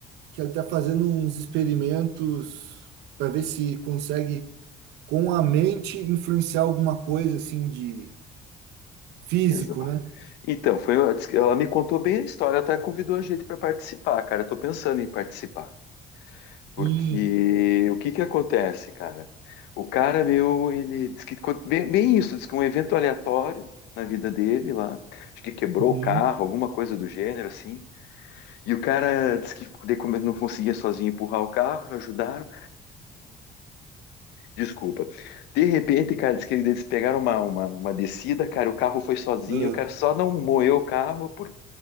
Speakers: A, on the right; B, on the left.
A: que ela está fazendo uns experimentos para ver se consegue com a mente influenciar alguma coisa assim de Físico,
B: Exato.
A: né?
B: Então, foi, ela me contou bem a história, ela até convidou a gente para participar, cara. Eu tô pensando em participar. Porque
A: Sim.
B: o que que acontece, cara? O cara meu, ele diz que bem, bem isso, diz que um evento aleatório na vida dele lá, acho que quebrou
A: Uhum.
B: o carro, alguma coisa do gênero assim. E o cara disse que daí como ele não conseguia sozinho empurrar o carro, ajudaram, desculpa. De repente, cara, diz que eles pegaram uma, uma, uma descida, cara, o carro foi sozinho,
A: Ah.
B: o cara só não moeu o carro por,